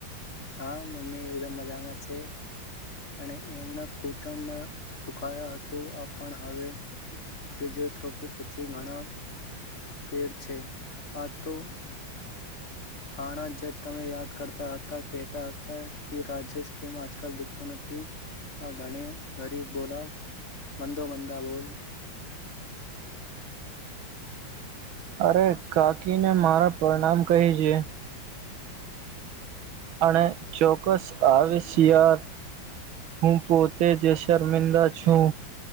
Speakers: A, on the left; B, on the right.
A: હા મમ્મી એકદમ મજામાં છે. અને એમના કૂટણ દુખાયા હતું આપણ હવે પછી ઘણા ફેડ છે આ તો હાણા જે તમે યાદ કરતા હતા કહેતા હતા કે રાજેશ કેમ આજકાલ દીખતું નથી. હા ઘણે ગરીબ બોલાવ, મંદો મંદા બોલ.
B: અરે કાકી ને મારા પરણામ કહી છે. અને ચોક્કસ આવે સિયા ર હું પોતે જ શર્મિંદા છું.